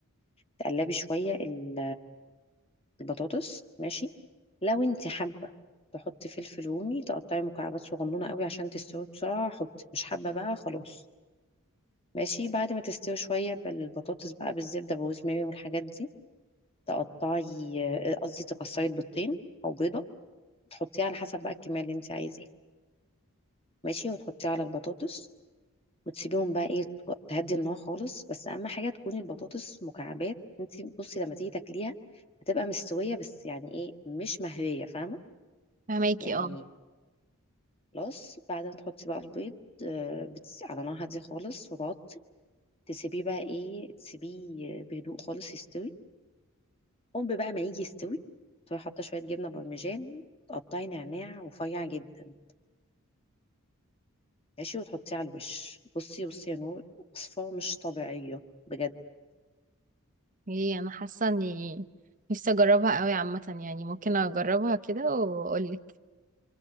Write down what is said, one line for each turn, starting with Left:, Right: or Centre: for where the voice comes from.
Left: تقلبي شوية ال البطاطس ماشي لو انت حابه تحطي فلفل رومي تقطعي مكعبات صغنونه قوي عشان تستوي بسرعه حطي مش حابه بقى خلاص ماشي بعد ما تستوي شويه بالبطاطس بقى بالزبده بوز ماري والحاجات دي تقطعي آه، قصدي تكسري البيضتين او بيضه تحطيها على حسب بقى الكميه اللي انت عايزاها ماشي وتحطيها على البطاطس وتسيبيهم بقى ايه تو- تهدي النار خالص بس اهم حاجه تكوني البطاطس مكعبات انت بصي لما تيجي تاكليها هتبقى مستويه بس يعني ايه مش مهريه فاهمه
Right: فهماكي
Left: يعني
Right: اه
Left: خلاص بعد ما تحطي بقى البيض آه، بتس... على نار هادية خالص وتغطي تسيبيه بقى ايه تسيبيه بهدوء خالص يستوي قوم بقى ما يجي يستوي تروحي حاطة شوية جبنة بارميجان تقطعي نعناع رفيع جدا ماشي وتحطيه على الوش بصي بصي يا نور وصفة مش طبيعية بجد
Right: ايه انا حاسه اني نفسي اجربها قوي عامه يعني ممكن اجربها كده واقول لك